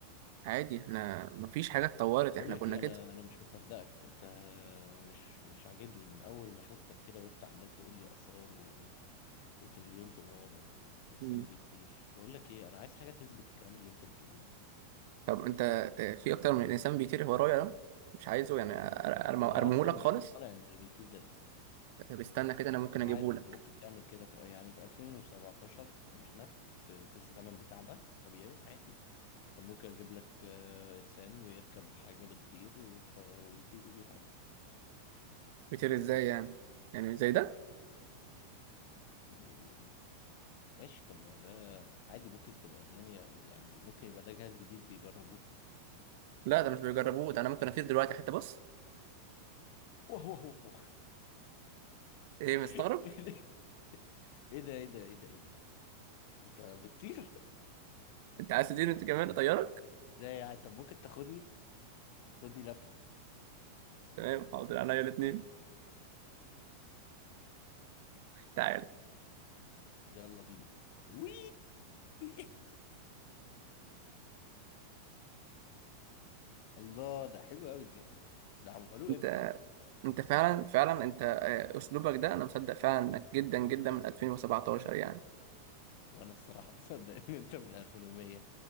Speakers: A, on the right (about 50°); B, on the left (about 45°).
A: عادي احنا مفيش حاجه اتطورت
B: بقول
A: احنا
B: لك
A: كنا
B: ايه
A: كده
B: انا انا مش مصدقك انت مش مش عاجبني من اول ما شفتك كده وانت عمال تقول لي اثار و... وتريليون دولار وانسان
A: مم.
B: بيطير بقول لك ايه انا عايز حاجه تثبت الكلام اللي انت بتقوله ده
A: طب انت آه، في اكتر من انسان بيطير ورايا ده مش عايزه يعني ارميه
B: انا اصلا
A: لك
B: مش
A: خالص
B: مقتنع ان اللي بيطير ده انسان
A: طب استنى كده انا ممكن
B: ما
A: اجيبه
B: هو عادي
A: لك
B: انت ممكن تعمل كده في... يعني في 2017 احنا في في الزمن بتاعنا طبيعي عادي كان ممكن اجيب لك آه، انسان ويركب حاجة بتطير وت- ويطير بيها عادي
A: بيطير ازاي يعني يعني زي ده
B: مم، ماشي طب ما هو ده عادي ممكن تبقى الدنيا يعني ممكن يبقى ده جهاز جديد بيجربوه
A: لا ده مش بيجربوه ده انا ممكن اطير دلوقتي حتى بص
B: واه واه واه واه.
A: ايه
B: <laughs>
A: مستغرب
B: ايه ده ايه ده ايه ده ايه ده انت بتطير
A: انت عايز تطير انت كمان اطيرك
B: ده يعني طب ممكن تاخدني خدني لفة
A: تمام حاضر انا الاثنين تعال
B: يلا بينا وي <laughs> الله ده حلو قوي الجهاز ده ده عملوه
A: انت
B: امتى
A: انت فعلا فعلا انت آه، اسلوبك ده انا مصدق فعلا انك جدا جدا من 2017 يعني
B: وانا الصراحة <laughs> مصدق ان انت من 2100